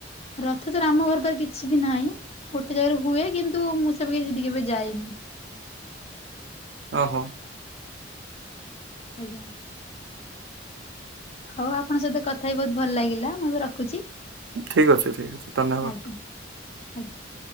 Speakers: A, on the left; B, on the right.
A: ରଥ ଯାତ୍ରା ଆମ ଘର ପାଖରେ କିଛି ବି ନାହିଁ। ଗୋଟେ ଜାଗାରେ ହୁଏ କିନ୍ତୁ ମୁଁ ସେବେ ସେଠି କେବେ ଯାଇନି।
B: ଓହୋ।
A: ଆଜ୍ଞା। ହଉ ଆପଣଙ୍କ ସହିତ କଥା ହେଇ ବହୁତ ଭଲ ଲାଗିଲା ମୁଁ ଏବେ ରଖୁଛି।
B: ଠିକ ଅଛି ଠିକ୍ ଅଛି ଧନ୍ୟବାଦ।
A: ଆଜ୍ଞା ଆଜ୍ଞା।